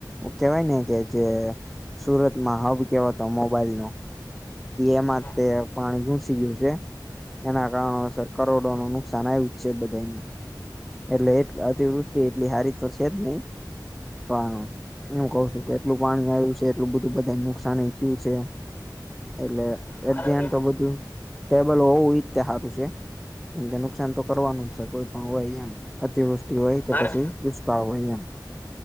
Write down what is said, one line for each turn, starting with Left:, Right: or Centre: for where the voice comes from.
Centre: કેવાય ને કે જે સુરતમાં હબ કેવાતો મોબાઈલ નો એમાં
Left: હા
Centre: તે પાણી ઘુસી ગયું છે. એના કારણો સર કરોડો નું નુકસાન આવ્યું જ છે બધે. એટલે એ અતિવૃષ્ટિ એટલી હારી તો છે જ નહી પણ હું કઉ છું કે એટલું પાણી આવ્યું છે એટલું બધું બધા નુકસાન એવું થયું છે એટલે
Left: મારા
Centre: એ ધ્યાન
Left: કે
Centre: તો બધું ટેબલ હોવું એયા તે હારુ છે કેમ કે નુકસાન તો કરવાનું જ છે કોઈ પણ હોય અહીંયા. અતિવૃષ્ટિ હોય કે
Left: મારા
Centre: પછી દુષ્કાળ હોય અહીંયા.